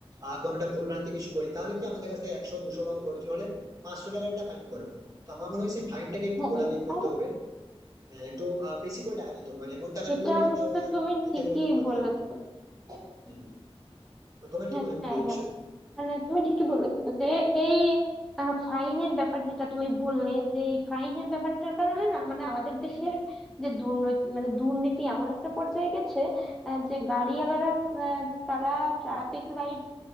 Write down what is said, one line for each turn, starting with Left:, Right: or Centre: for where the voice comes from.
Right: আহ, কোনোটা ভুল ভ্রান্তি কিছু করি তাহলে কি আমাদের কাছে একশো দুশো বা অর্জন হলে পাঁচশো টাকার একটা ফাইন করবে তো আমার মনে হয় সেই ফাইনটাকে একটু
Centre: হ্যাঁ
Right: গোড়া
Centre: এটা
Right: নিয়ে করতে হবে হ্যাঁ, একটু আহ, বেশি করে টাকা নিতে হবে মানে এমন টাকা
Centre: এটা
Right: নিতে হবে
Centre: অবশ্য
Right: যেটা ওরা
Centre: তুমি
Right: নিতে
Centre: ঠিকই
Right: গেলে ওদের ক্ষতি
Centre: বলেছো
Right: হবে। হ্যাঁ। তো তোমার কি
Centre: হ্যাঁ
Right: মনে হয় বন্ধু
Centre: হ্যাঁ
Right: এই
Centre: হ্যাঁ।
Right: বিষয়ে
Centre: মানে তুমি ঠিকই বলেছো যে এই আহ, ফাইনের ব্যাপার যেটা তুমি বললে যে এই ফাইনের ব্যাপারটার কারণে না মানে আমাদের দেশের যে দুর্নীতি মানে দুর্নীতি এমন একটা পর্যায়ে গেছে আহ, যে গাড়িওয়ালারা আহ, তারা ট্রাফিক লাইট